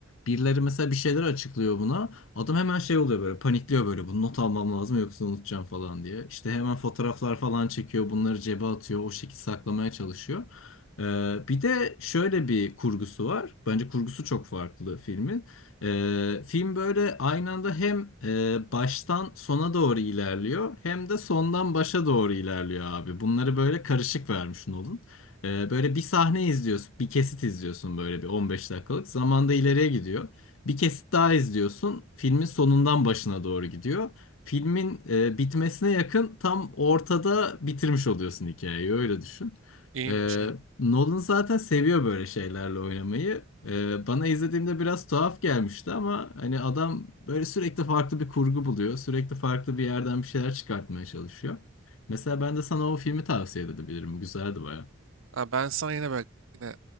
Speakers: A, on the left; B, on the right.
A: Birileri mesela bir şeyler açıklıyor buna. Adam hemen şey oluyor böyle panikliyor böyle bunu not almam lazım yoksa unutacağım falan diye. İşte hemen fotoğraflar falan çekiyor bunları cebe atıyor o şekilde saklamaya çalışıyor. Ee, bir de şöyle bir kurgusu var. Bence kurgusu çok farklı filmin. Ee, film böyle aynı anda hem e, baştan sona doğru ilerliyor hem de sondan başa doğru ilerliyor abi. Bunları böyle karışık vermiş Nolan. Ee, böyle bir sahne izliyorsun, bir kesit izliyorsun böyle bir 15 dakikalık. Zamanda ileriye gidiyor. Bir kesit daha izliyorsun. Filmin sonundan başına doğru gidiyor. Filmin e, bitmesine yakın tam ortada bitirmiş oluyorsun hikayeyi öyle düşün.
B: İyiymiş
A: Ee,
B: aynen.
A: Nolan zaten seviyor böyle şeylerle oynamayı. Ee, bana izlediğimde biraz tuhaf gelmişti ama hani adam böyle sürekli farklı bir kurgu buluyor. Sürekli farklı bir yerden bir şeyler çıkartmaya çalışıyor. Mesela ben de sana o filmi tavsiye edebilirim. Güzeldi baya.
B: Ha, ben sana yine bak yine